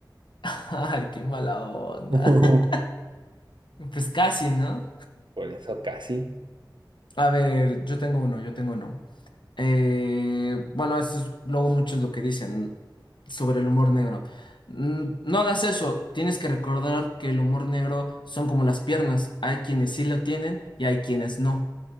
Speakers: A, on the left; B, on the right.
A: <laughs> Ay, qué mala onda.
B: <laughs>
A: <laughs> Pues casi, ¿no?
B: Por eso casi. <laughs>
A: A ver, yo tengo uno, yo tengo uno. Eh, bueno, esto es luego mucho es lo que dicen sobre el humor negro. Mm, No hagas eso, tienes que recordar que el humor negro son como las piernas. Hay quienes sí lo tienen y hay quienes no.